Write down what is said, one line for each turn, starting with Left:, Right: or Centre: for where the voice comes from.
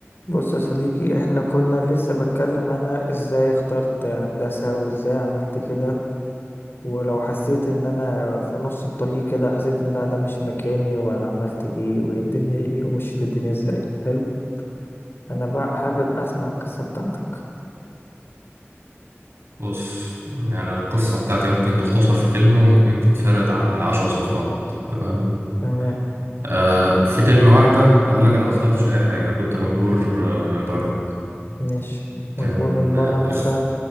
Left: بص يا صديقي احنا كنا لسه بتكلم انا ازاي اخترت هندسة وازاي عملت كده ولو حسيت ان انا في نص الطريق كده حسيت ان لا ده مش مكاني وانا عملت ايه وايه الدنيا ايه ومشيت الدنيا ازاي حلو انا بقى حابب اسمع القصة بتاعتك
Right: بص يعني القصة بتاعتي ممكن تختصر في كلمة وممكن تتفرد على عشر صفحات تمام
Left: تمام
Right: آه في كلمة واحدة أقول لك أنا ما اخترتش أي حاجة أنا كنت مجبور آه، من بره
Left: ماشي مجبور
Right: كان
Left: من بره
Right: آه، إخ-
Left: مثلا